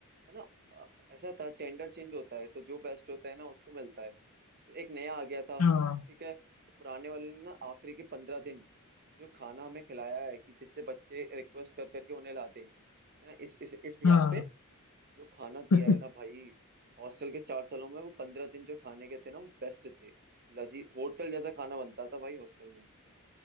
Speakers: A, on the right (about 45°); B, on the left (about 90°).
A: है ना अ, ऐसा था टेंडर चेंज होता है तो जो बेस्ट होता है ना उसको मिलता है तो एक नया आ गया था
B: हाँ
A: ठीक है तो पुराने वाले ने ना आखिरी के पंद्रह दिन जो खाना हमें खिलाया है कि जिससे बच्चे रिक्वेस्ट कर करके उन्हें लाते हैं है ना इस इस इस बिहाफ
B: हाँ
A: पे जो खाना दिया
B: <laughs>
A: है ना भाई हॉस्टल के चार सालों में वो पंद्रह दिन जो खाने के थे ना वो बेस्ट थे लजी होटल जैसा खाना बनता था भाई हॉस्टल में